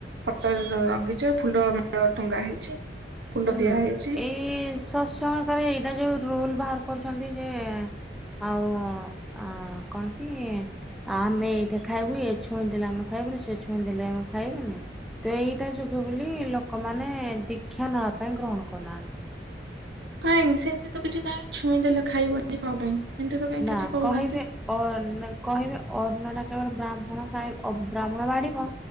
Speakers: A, on the right; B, in the centre.
A: ଫଟୋରେ ରଙ୍ଗି ଫୁଲମାଳ ଟଙ୍ଗା ହେଇଛି। ଫୁଲ
B: ହୁଁ
A: ଦିଆ ହେଇଛି
B: ଏଇ ସତ୍ସଙ୍ଗ ରେ ଏଇଟା ଯୋଉ ରୁଲ୍ ବାହାର କରୁଛନ୍ତି ଯେ ଆଉ ଆ କଣ କି ଆଉ ଆମେ ଏଇଠେ ଖାଇବୁ ଇଏ ଛୁଇଁ ଦେଲେ ଆମେ ଖାଇବୁନୁ ସେ ଛୁଇଁ ଦେଲେ ଆମେ ଖାଇବୁନି। ତ ଏଇଟା ଯୋଗୁ ବୋଲି ଲୋକମାନେ ଦୀକ୍ଷା ନେବା ପାଇଁ ଗ୍ରହଣ କରୁନାହାନ୍ତି।
A: କାଇଁକି ସେମିତି ତ କିଛି ନାହିଁ ଛୁଇଁ ଦେଲେ ଖାଇବନି କଣ ପାଇଁ, ଏମିତି ତ କାଇଁ
B: ନା
A: କିଛି କହୁନାହାନ୍ତି।
B: କହିବେ ଅ କହିବେ ଅର୍ଣ୍ଣ ଟା କେବଳ ବ୍ରାହ୍ମଣ ଖାଇ ଅ ବ୍ରାହ୍ମଣ ବାଢ଼ିବ।